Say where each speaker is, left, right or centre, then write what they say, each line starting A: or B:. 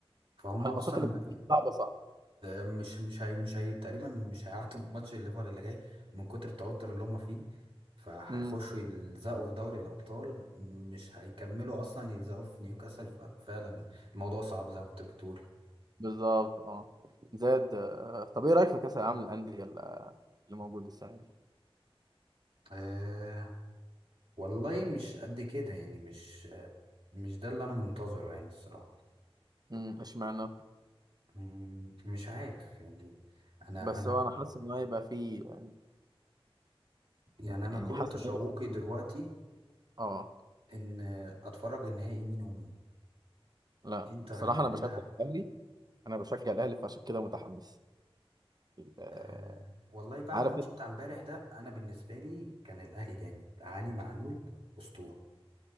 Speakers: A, on the right (about 65°); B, on the right (about 40°).
A: فهم
B: هالماتشات
A: اصلا
B: اللي صعبه صعبه
A: مش مش هي مش هي تقريبا مش هيعدوا ماتش الليفر اللي جاي من كتر التوتر اللي هم فيه فهيخشوا
B: امم
A: يلزقوا في دوري الأبطال مش هيكملوا أصلا يلزقوا في نيوكاسل ففعلا الموضوع صعب زي ما انت بتقول
B: بالظبط اه زاد آه، طب ايه رايك في كاس العالم للانديه اللي اللي موجود السنه دي؟
A: أه والله مش قد كده يعني مش مش ده اللي أنا منتظره يعني الصراحة
B: امم اشمعنى؟
A: مم، مش عارف يعني أنا
B: بس
A: أنا
B: هو انا حاسس ان هو هيبقى فيه يعني
A: يعني أنا
B: يعني
A: كل
B: حاسس
A: تشوقي
B: ان هيبقى فيه
A: دلوقتي
B: اه
A: إن أتفرج النهائي مين ومين
B: لا
A: انتر
B: بصراحه
A: هتعملها
B: انا بشجع الاهلي انا بشجع الاهلي فعشان كده متحمس آه،
A: آه والله بعد
B: عارف
A: الماتش بتاع امبارح ده انا بالنسبه لي كان الاهلي جامد علي معلول اسطوره